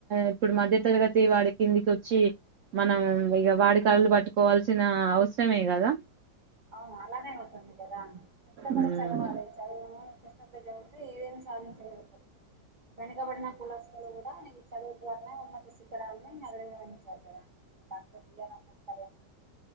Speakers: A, on the right; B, on the right.
A: ఇప్పుడు మధ్య తరగతి వాడు కిందికి వచ్చి మనం ఇక వాడి కాళ్లు పట్టుకోవాల్సిన అవసరమే కదా
B: అవును అలానే అవుతుంది కదా కష్టపడే
A: ఉమ్
B: చదవాలె చదువు కష్టపడి చదివితె ఏమై సాధించ గలుగుతాం వెనుకబడిన కుల శాలు కూడ చదువుల ద్వారానే ఉన్నత శితరాలని అదవరించాలిగల <inaudible> అ డాక్టర్ బిఆర్ అంబేద్కర్ <unintelligible>